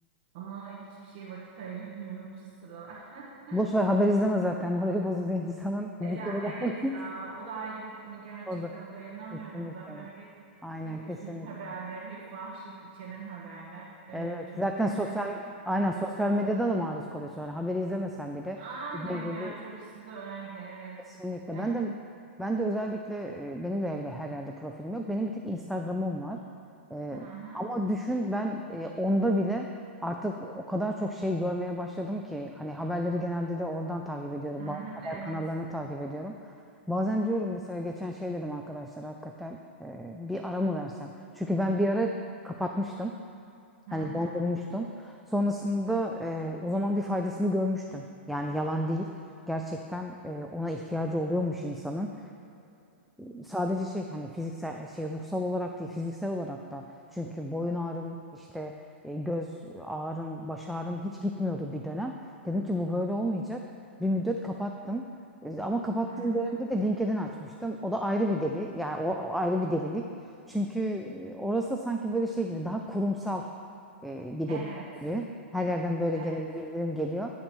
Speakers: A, on the right (about 50°); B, in the centre.
A: Ama hiçbir şeye vakit ayıramıyorum şu sıralar. <laughs>
B: Boş ver haber izleme zaten. <laughs> Morali bozuluyor insanın. Bitirirler.
A: E Ya evet ya
B: <laughs>
A: o da ayrı bir konu gerçekten
B: Orada.
A: dayanamıyorum
B: Kesinlikle.
A: da böyle
B: Aynen
A: hep
B: kesinlikle.
A: üzücü haberler, hep vahşet içeren haberler e,
B: Evet.
A: çok
B: Zaten
A: da insanın
B: sosyal
A: psikolojisini
B: aynen sosyal
A: bozuyor.
B: medyada da maruz kalıyor sonra. Haberi izlemesen bile.
A: Aynen
B: Dediğin gibi
A: gerçi orası da öyle evet.
B: Kesinlikle.
A: Evet.
B: Ben de ben de özellikle e, benim de evde her yerde profilim yok. Benim bir tek Instagram'ım var. E,
A: Hı hı.
B: ama düşün ben e, onda bile artık o kadar çok şey görmeye başladım ki hani haberleri genelde de oradan takip ediyorum.
A: Hı hı.
B: Bazı haber
A: Evet.
B: kanallarını takip ediyorum. Bazen diyorum mesela geçen şey dedim arkadaşlar hakikaten e, bir ara mı versem? Çünkü ben bir ara kapatmıştım.
A: Hı
B: Hani
A: hı.
B: dondurmuştum. Sonrasında e, o zaman bir faydasını görmüştüm. Yani yalan değil. Gerçekten e, ona ihtiyacı oluyormuş insanın. E, sadece şey hani fiziksel şey ruhsal olarak değil fiziksel olarak da. Çünkü boyun ağrım işte e, göz ağrım baş ağrım hiç gitmiyordu bir dönem. Dedim ki bu böyle olmayacak. Bir müddet kapattım. E, Ama kapattığım
A: Hı
B: dönemde
A: hı.
B: de LinkedIn açmıştım. O da ayrı bir deli. Yani o, o ayrı bir delilik. Çünkü e, orası sanki böyle şey gibi daha kurumsal e, bir
A: Evet.
B: deli geliyor. Her yerden böyle
A: Evet.
B: gene bir bildirim geliyor.